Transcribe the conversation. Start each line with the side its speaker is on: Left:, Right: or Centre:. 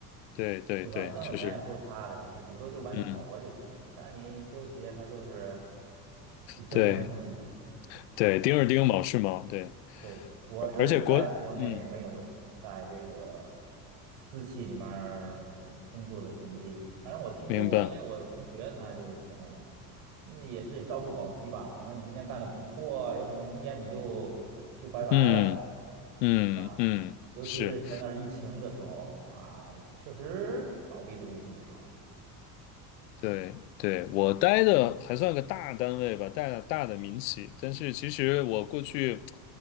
Left: 对对对，
Right: 对吧？挣的钱也不是他的呀，
Left: 确实，
Right: 这顶多就完成考核就行了。
Left: 嗯。
Right: 但是你私有企业他就是以挣钱为目的嘛。
Left: 对，对，
Right: 对
Left: 丁是丁，卯是卯，对，
Right: 对，我是在国内没有是在这个
Left: 而而且国，嗯，
Right: 私企里面儿工作的经历，反正我听说过，
Left: 明白，
Right: 因为我有同学他就是什么呢，嗯，也是朝不保夕吧，可能你今天干的不错，有可能明年你就就拜拜了，
Left: 嗯嗯嗯，
Right: 对吧？尤其是前段儿疫情的时候啊，
Left: 是。
Right: 确实倒闭的公司不少。
Left: 对对，我待的还算个大单位吧，大大的民企。但是其实我过去，